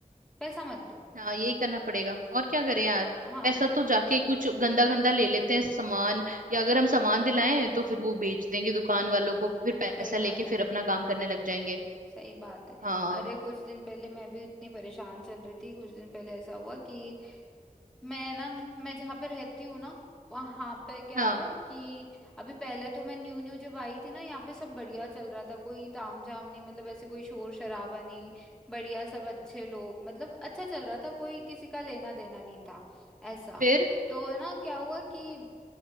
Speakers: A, in the centre; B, on the right.
A: पैसा मत दो
B: हाँ यही करना पड़ेगा और क्या करें यार
A: हाँ
B: पैसा तो जाके कुछ गंदा गंदा ले लेते हैं सामान या अगर हम सामान दिलाएं तो फिर वो बेच देंगे दुकान वालों को फिर पैसा
A: सही बात
B: लेके फिर
A: है
B: अपना काम करने लग जाएंगे
A: सही बात है
B: हाँ
A: अरे कुछ दिन पहले मैं भी इतनी परेशान चल रही थी कुछ दिन पहले ऐसा हुआ कि मैं ना मैं जहाँ पे रहती हूँ ना वहां पे क्या
B: हाँ
A: है कि अभी पहले तो मैं न्यू न्यू जब आई थी ना यहाँ पे सब बढ़िया चल रहा था कोई तामझाम नहीं मतलब ऐसे कोई शोर शराबा नहीं बढ़िया सब अच्छे लोग मतलब अच्छा चल रहा था कोई किसी का लेना देना नहीं था ऐसा
B: फिर
A: तो है ना क्या हुआ कि